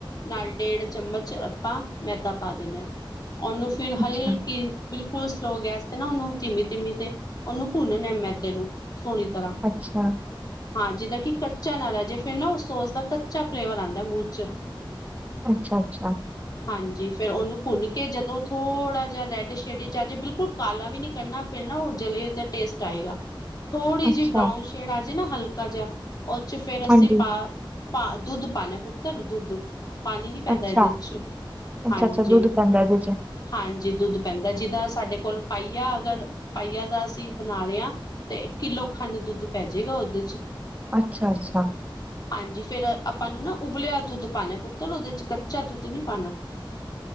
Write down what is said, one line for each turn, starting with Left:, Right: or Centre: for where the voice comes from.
Left: ਨਾਲ ਡੇਢ ਚਮਚ ਆਪਾਂ ਮੈਦਾ ਪਾ ਦੇਣਾ ਉਹਨੂੰ ਫਿਰ
Right: ਅੱਛਾ
Left: ਹਲਕੀ ਬਿਲਕੁਲ ਫੁਲ ਸਲੋ ਗੈਸ ਤੇ ਨਾ ਉਹਨੂੰ ਤੀਮੀ ਤੀਮੀ ਤੇ ਉਹਨੂੰ ਭੁੰਨਣ ਐ ਮੈਂਦੇ ਨੂੰ ਸੋਲੀ ਤਰ੍ਹਾਂ
Right: ਅੱਛਾ
Left: ਹਾਂ ਜਿਦਾਂ ਕਿ ਕੱਚਾ ਨਾਲਾ ਜੇ ਫਿਰ ਨਾ ਉਸੋ ਉਸਦਾ ਕੱਚਾ ਫਲੇਵਰ ਆਉਂਦਾ ਮੂੰਹ ਚ
Right: ਅੱਛਾ ਅੱਛਾ।
Left: ਹਾਂਜੀ ਫੇਿਰ ਉਹਨੂੰ ਭੁੰਨ ਕੇ ਜਦੋਂ ਥੋੜ੍ਹਾ ਜਿਹਾ ਰੈੱਡ ਸ਼ੇਡ ਚ ਆ ਜੇ ਬਿਲਕੁਲ ਕਾਲਾ ਵੀ ਨੀ ਕਰਨਾ ਫਿਰ। ਨਾ ਉਹ ਜਲੇ ਦਾ ਟੇਸਟ ਆਏਗਾ। ਥੋੜ੍ਹੀ ਜਿਹੀ
Right: ਅੱਛਾ
Left: ਬਰਾਊਨ ਸ਼ੇਡ ਆ ਜੇ ਨਾ ਹਲਕਾ ਜਿਹਾ ਉਹ ਚ ਫੇਰ ਅਸੀਂ
Right: ਹਾਂਜੀ
Left: ਪਾ। ਪਾ ਦੁੱਧ ਪਾ ਲਿਆ ਪੁੱਤਰ ਦੁੱਧ ਪਾਣੀ ਨੀ ਪੈਂਦਾ
Right: ਅੱਛਾ
Left: ਇਹਦੇ। ਚ
Right: ਅੱਛਾ
Left: ਹਾਂਜੀ
Right: ਅੱਛਾ ਦੁੱਧ ਪੈਂਦਾ ਇਹਦੇ ਚ।
Left: ਹਾਂਜੀ ਦੁੱਧ ਪੈਂਦਾ ਜਿੱਦਾਂ ਸਾਡੇ ਕੋਲ ਪਾਈਆ ਅਗਰ ਪਾਈਆ ਦਾ ਅਸੀਂ ਬਣਾ ਰਹੇ ਹਾਂ ਤੇ ਕਿੱਲੋ ਖੰਣ ਦੁੱਧ ਪੈ ਜਾੇਗਾ ਉਹਦੇ ਚ।
Right: ਅੱਛਾ ਅੱਛਾ।
Left: ਹਾਂਜੀ ਫੇਰ ਆਪਾਂ ਨੂੰ ਨਾ ਉਬਲਿਆ ਦੁੱਧ ਪਾਉਣਾ ਪੁੱਤਰ ਉਹਦੇ ਚ ਕੱਚਾ ਦੁੱਧ। ਨੀ ਪਾਉਣਾ।